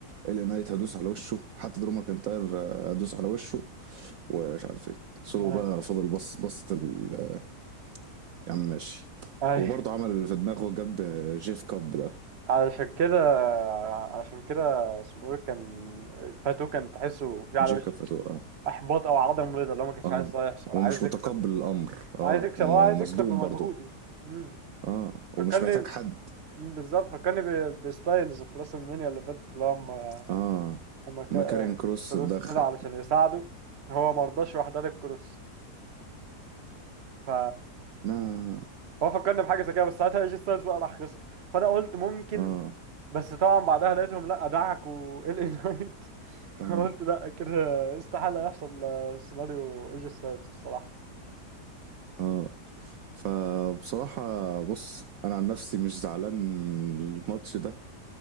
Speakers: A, on the right (about 65°); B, on the right (about 45°).
A: الي نايت هدوس على وشه حتى دروما كنتاير آه، هدوس على وشه ومش عارف ايه سولو
B: اي
A: بقى فضل بص بصت ال- آه، يا عم ماشي
B: اي
A: وبرضه عمل اللي في دماغه جاب جيف كاب ده
B: علشان كده عشان كده اسمه ايه كان فاتو كان تحسه في على
A: جيكاب
B: وشه
A: فتوقع اه
B: احباط او عدم رضا اللي هو ما كانش
A: اه
B: عايز ده يحصل عايز
A: ومش متقبل
B: يكسب
A: الامر اه
B: عايز يكسب
A: ومصدوم
B: اه عايز يكسب بمجهوده
A: برضه
B: امم
A: اه ومش
B: فكرني
A: محتاج حد
B: مم، بالظبط فكرني ب- بستايلز في راس المنيا اللي فاتت اللي هو اما
A: اه
B: اما كا-
A: ما كارين كروس
B: كروس
A: اتدخل
B: طلع علشان يساعده هو ما رضاش راح ضارب كروس ف
A: لا
B: هو فكرني بحاجه زي كده بس ساعتها ايجي ستايلز بقى راح خسر فانا قلت ممكن
A: اه
B: بس طبعا بعدها لقيتهم لا دعكوا ال اي نايت <laughs>
A: اه
B: فقلت لا كده استحاله يحصل سيناريو ايجي ستايلز الصراحه
A: اه فبصراحة بص انا عن نفسي مش زعلان من الماتش ده